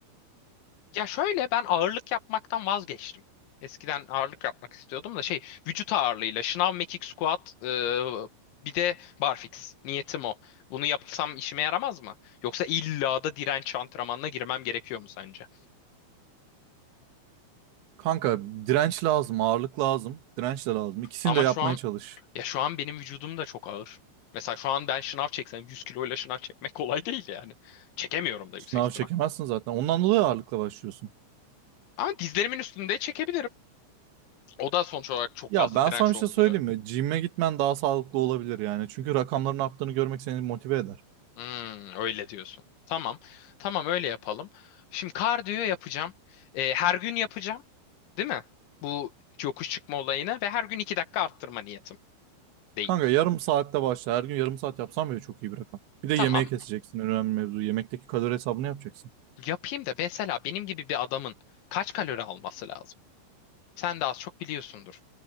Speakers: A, on the left (about 80°); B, on the right (about 80°).
A: Ya şöyle ben ağırlık yapmaktan vazgeçtim. Eskiden ağırlık yapmak istiyordum da şey vücut ağırlığıyla şınav, mekik, squat e, bir de barfix. Niyetim o. Bunu yapsam işime yaramaz mı? Yoksa illa da direnç antrenmanına girmem gerekiyor mu sence?
B: Kanka direnç lazım, ağırlık lazım, direnç de lazım. İkisini
A: Ama
B: de yapmaya
A: şu an
B: çalış.
A: ya şu an benim vücudum da çok ağır. Mesela şu an ben şınav çeksem 100 kiloyla şınav çekmek kolay değil yani. Çekemiyorum da
B: Sınav
A: yüksek ihtimal.
B: çekemezsin zaten. Ondan dolayı ağırlıkla başlıyorsun.
A: Ama dizlerimin üstünde çekebilirim. O da sonuç olarak çok
B: Ya
A: fazla
B: ben
A: direnç
B: sana bir
A: uyguluyor.
B: şey söyleyeyim mi? Gym'e gitmen daha sağlıklı olabilir yani. Çünkü rakamların arttığını görmek seni motive eder.
A: Hmm, öyle diyorsun. Tamam. Tamam öyle yapalım. Şimdi kardiyo yapacağım. Ee, her gün yapacağım. Değil mi? Bu yokuş çıkma olayını ve her gün 2 dakika arttırma niyetim değil.
B: Kanka yarım saatte başla. Her gün yarım saat yapsan bile çok iyi bir rakam. Bir de
A: Tamam.
B: yemeği keseceksin. En Önemli mevzu. Yemekteki kalori hesabını yapacaksın.
A: Yapayım da mesela benim gibi bir adamın kaç kalori alması lazım? Sen de az çok biliyorsundur.